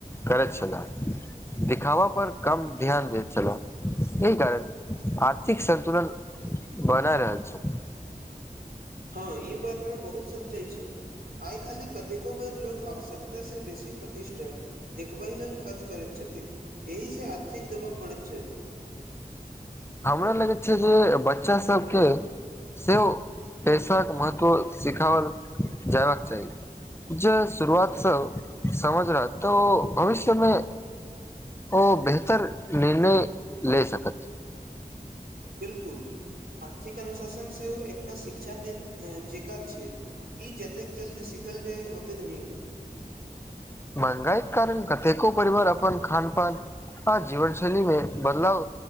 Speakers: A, on the left; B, on the right.
A: करैत छलाह दिखावा पर कम ध्यान दे चलो एहि कारण आर्थिक संतुलन बनाय रहल छी
B: हँ ई बात मे बहुत सच्चा छै आइ काल्हि कतेको बेर लोक आवश्यकतासँ बेसी प्रतिष्ठा देखबै लेल खर्च करैत छथि एहि से आर्थिक दबाव बढ़ैत छै
A: हमरा लगैत छै जे बच्चा सबके सेहो पेशाक महत्व सिखाओल जयबाक चाही जे शुरुआत सब समझ रह तऽ भविष्यमे ओ बेहतर निर्णय ले सकत
B: बिलकुल आर्थिक अनुशासन सेहो एकटा शिक्षा दे जेक छै ई जतेक जल्दी सीखल जाय ओतेक नीक
A: महँगाई के कारण कतेको परिवार अपन खान पान आ‌जीवनशैलीमे बदलाव